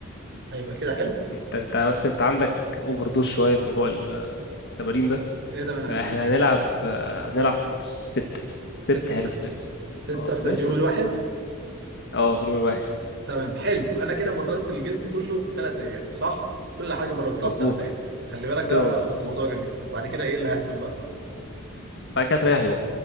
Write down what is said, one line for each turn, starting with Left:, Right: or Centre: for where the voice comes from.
Right: هيبقى كده حلو
Left: انت انت بس انت عندك اوفر دوز شويه في موضوع التمارين ده
Right: ايه ده
Left: احنا
Right: أنا-
Left: هنلعب آه، هنلعب سته ست
Right: ست
Left: حلو في الرجل
Right: ستة
Left: اه
Right: في
Left: زي
Right: اليوم
Left: الفل
Right: الواحد
Left: اه في اليوم الواحد
Right: تمام حلو انا كده مرنت الجسم كله في ثلاث ايام صح كل حاجه مرنتها
Left: مظبوط
Right: في ثلاث ايام
Left: كده
Right: خلي بالك ده
Left: كده مظبوط
Right: موضوع جميل بعد كده ايه اللي هيحصل بقى
Left: بعد كده تريح يوم